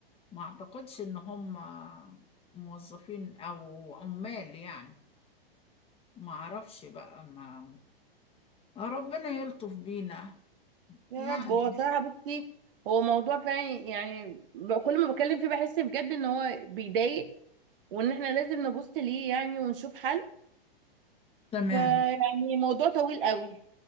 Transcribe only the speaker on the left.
ما أعتقدش إن هم موظفين أو عمال يعني ما اعرفش بقى ما آه، ربنا يلطف بينا يعني
تمام